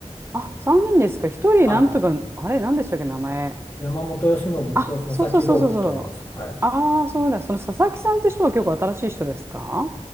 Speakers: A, on the right (about 20°); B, on the left (about 20°).
A: あ、3人ですか。一人なんとか、
B: はい。
A: あれ、なんでしたっけ、名前。
B: 山本由伸と佐々木朗希と言います。
A: あ、そうそうそうそうそう。
B: はい。
A: ああ、そうだ。その佐々木さんって人は結構新しい人ですかは